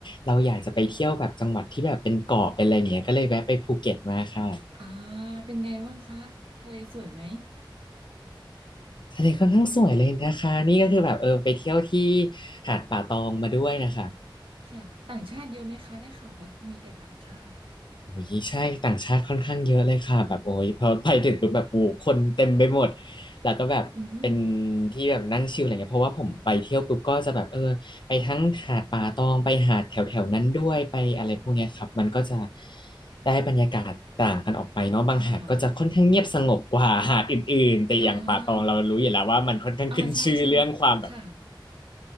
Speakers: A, on the left; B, on the right.
A: เราอยากจะไปเที่ยวแบบจังหวัดที่แบบเป็นเกาะเป็นอะไรอย่างเงี้ยก็เลยแวะไปภูเก็ตมาค่ะ
B: อ่าเป็นไงบ้างคะทะเลสวยไหม
A: ทะเลค่อนข้างสวยเลยนะคะนี่ก็คือแบบเออไปเที่ยวที่หาดป่าตองมาด้วยนะคะ
B: ค่ะต่างชาติเยอะไหมคะได้ข่าวว่ามีแต่ต่างชาติ
A: โอ้ยใช่ต่างชาติค่อนข้างเยอะเลยค่ะแบบโอ้ยพอไปถึงปุ๊บแบบโอ้คนเต็มไปหมดแล้วก็แบบเป็น
B: อืม
A: ที่แบบนั่งชิลอะไรเงี้ยเพราะว่าผมไปเที่ยวปุ๊บก็จะแบบเออไปทั้งหาดป่าตองไปหาดแถวแถวนั้นด้วยไปอะไรพวกเนี้ยครับมันก็จะได้บรรยากาศต่างกันออกไปเนาะบางหาดก็จะค่อนข้างเงียบสงบกว่าหาดอื่นๆแต่อย่างป่าตองเรารู้อยู่แล้วว่ามันค่อนข้างขึ้นชื่อเรื่องความแบบ
B: ค่ะอ่าอ่าใช่ใช่ค่ะ